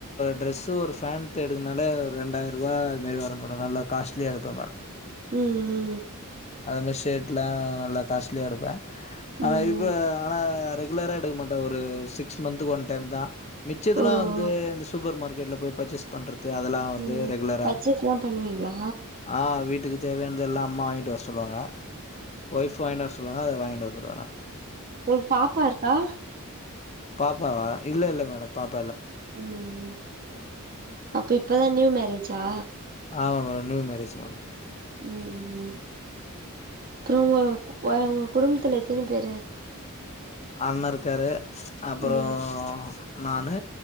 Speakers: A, on the left; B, on the right.
A: ட்ரெஸ் ஒரு பேண்ட் எடுக்கனாலே ஆ ரெண்டாயர் ரூாதுதிர வரம்ப நல்லா <unintelligible> காஸ்லி அடுப்பம் மேடம்
B: உம் உம்
A: அது மாரி ஷர்ட்லாம் நல்லா காஸ்ட்லியா எடுப்பேன்
B: ம்
A: ஆனா இப்ப
B: ம்
A: ஆனா ரெகுலரா எடுக்க மாட்டே ஒரு சிக் சிக்ஸ் மன்த்க்கு ஒன் டைம் தா மிச்சதெல்லாம்
B: ஓ
A: வந்து
B: ஓ
A: இந்த சூப்பர் மார்கெட் நேர்ல போய் பர்சஸ் பண்றது அதல்லாம் வந்து
B: ம்
A: ரெகுலரா
B: பர்ச்சேஸ்லா பண்ணுவீங்களா
A: ஆஹ வீட்டு வீட்டுக்கு தேவையானது எல்லா அம்மா வாங்கிட்டு வர சொல்லுவாங்க ஒய்ஃப் வாங்கின்டு சொல்லுவாங்க அது வாங்கி நதுர
B: ஒங்கு பாப்பா இருக்கா
A: பாப்பவா இல்ல இல்ல மேடம் பாப்ப
B: உம் அப்ப இப்பதான் நியூ மேரேஜா
A: ஆமா மேடம் நியூ மேரேஜ் மேடம்
B: உம் அப்புறம் உங்க உங்க குடும்பத்துல எத்தன பேரு
A: அண்ண இருக்காரு அப்புறம்
B: ம்
A: நானு